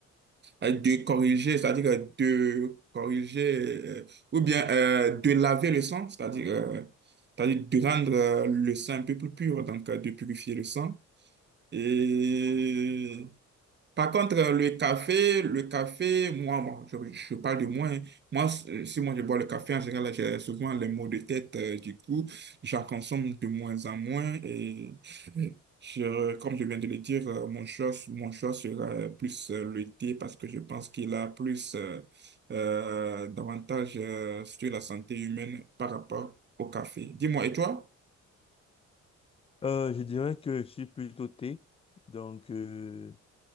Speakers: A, on the right; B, on the left.
A: euh, de corriger, c'est-à-dire euh, de corriger, euh, ou bien euh, de laver le sang, c'est-à-dire euh, c'est-à-dire de rendre euh, le sang un peu plus pur, donc euh, de purifier le sang. Et par contre, euh, le café, le café, moi, moi, je, je parle de moi. hein. Moi, si si moi je bois le café, en général, j'ai souvent les maux de tête. euh, du coup, j'en consomme de moins en moins. Et je, comme je viens de le dire, euh, mon choix, mon choix sera plus euh, le thé parce que je pense qu'il a plus euh, euh, d'avantages euh, sur la santé humaine par rapport au café. Dis-moi, et toi?
B: Euh, je dirais que je suis plutôt thé. Donc, euh,